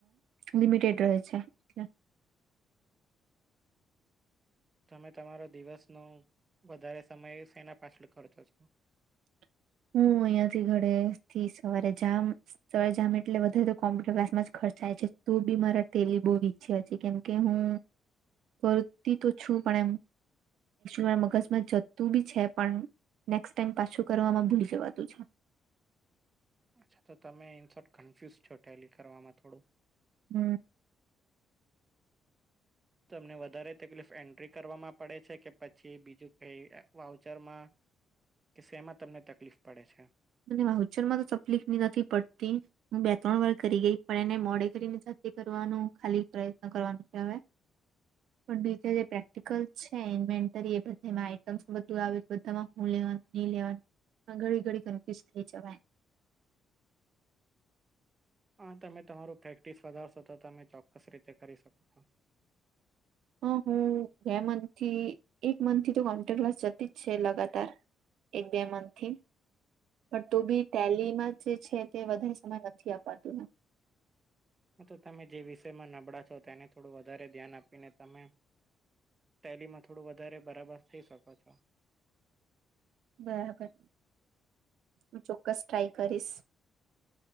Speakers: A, on the right; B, on the right.
A: લિમિટેડ રહે છે એલે <inaudible>
B: તમે તમારો દિવસનો વધારે સમય શેના પાછળ ખર્ચો છો
A: <unintelligible> <inaudible> હું અહીયાંથી ઘરેથી સવારે જામ સ જામ એટલે વધારે તો કોમ્પ્યુટર ક્લાસમાં થાય છે ત ભી મારા તેલી બહુ ઈચ્છે છે કેમકે હું વતિ તો છું પણ એમ મા મગજમાં જતું ભી છે, પણ નેક્સ્ટ ટાઈમ પાછું કરવામાં ભુલીસે વાતું છે
B: અચ્છા તો તમે ઇન શોર્ટ કન્ફ્યુઝ છો ટેલી કરવામાં થોડું
A: હમ્મ
B: તમને વધારે તકલીફ એન્ટ્રી કરવામાં પડે છે કે પછી બીજું કઈ વાઉચરમાં કે શેમાં તમને તકલીફ પડે છે.
A: મને વાઉચરમાં તો તકલીફ ની નથી પડતી, હું બે ત્રણ વાર કરી ગઈ પણ એને મોડે કરીને કરવાનું ખાલી પ્રયત્ન કરવાનું છે હવે પણ બીજા જે પ્રેક્ટિકલ છે ઇન્વેન્ટરી એ બધેમાં આઈટમ બધું બધામાં હું લેવા ઘડી ઘડી થઇ ચવા
B: હા તમે તમારું પ્રેક્ટિસ વધારશો તો તમે ચોક્કસ રીતે કરી શકો છો.
A: હા હું બે મંથથી એક મંથથી તો કોમ્પ્યુટર ક્લાસ જતી જ છે લગાતાર એક બે મંથથી પણ તો બી ટેલીમાં જે છે તે વધારે સમય નથી અપાતુંને
B: તો તમે જે વિષયમાં નબળા છો તેને થોડું વધારે ધ્યાન આપીને તમે ટેલીમાં થોડું વધારે બરાબર થઈ શકો છો.
A: બરાબર હું ચોક્કસ ટ્રાઈ કરીશ.